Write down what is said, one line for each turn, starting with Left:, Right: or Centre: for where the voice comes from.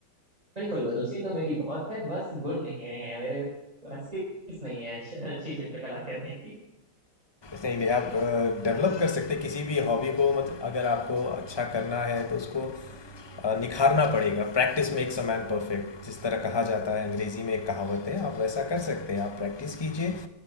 Right: बिल्कुल रुचि तो मेरी बहुत है बस गुण नहीं है मेरे बस skills नहीं है अच्छी अच्छी चित्रकला करने की
Left: नहीं नहीं आप डेवलप कर सकते हैं किसी भी हॉबी को मतलब अगर आपको अच्छा करना है तो उसको अ, निखारना पड़ेगा Practice makes a man perfect जिस तरह कहा जाता है अंग्रेजी में एक कहावत है आप वैसा कर सकते हैं आप प्रैक्टिस कीजिए